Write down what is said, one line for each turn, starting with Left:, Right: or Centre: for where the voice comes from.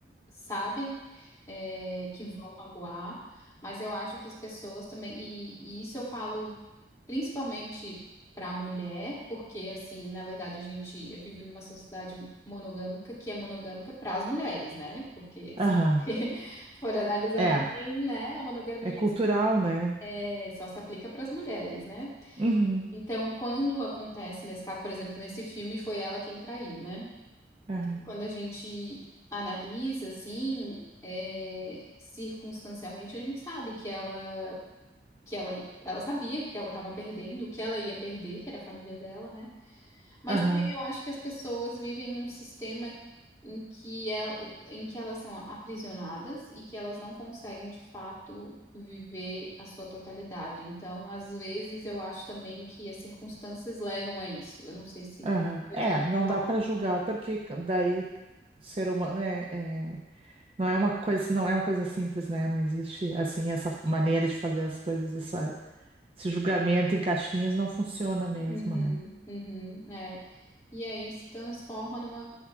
Left: sabem é, que vão magoar, mas eu acho que as pessoas também, e, e isso eu falo principalmente para a mulher, porque assim, na verdade a gente vive numa sociedade monogâmica que é monogâmica para as mulheres, né? Porque
Right: Aham.
Left: se <laughs> for analisar
Right: É,
Left: bem, né, a monogamia
Right: é cultural, né?
Left: é, só se aplica para as mulheres, né?
Right: Uhum.
Left: Então, quando acontece nesse caso, por exemplo, nesse filme foi ela quem traiu, né?
Right: Aham.
Left: Quando a gente analisa assim, é, circunstancialmente, a gente sabe que ela que ela, ela sabia que ela estava perdendo, o que ela ia perder, que era a família dela, né? Mas
Right: Aham.
Left: também eu acho que as pessoas vivem num sistema em que, el- em que elas são aprisionadas e que elas não conseguem, de fato, viver a sua totalidade. Então, às vezes, eu acho também que as circunstâncias levam a isso. Eu não sei se
Right: Aham.
Left: eu
Right: É,
Left: estou sendo
Right: não
Left: clara.
Right: dá para julgar porque daí o ser humano é, é- não é uma coisa, não é uma coisa simples, né? Não existe assim essa maneira de fazer as coisas, essa, esse julgamento em caixinhas não funciona mesmo,
Left: Uhum,
Right: né?
Left: uhum, é. E aí se transforma numa.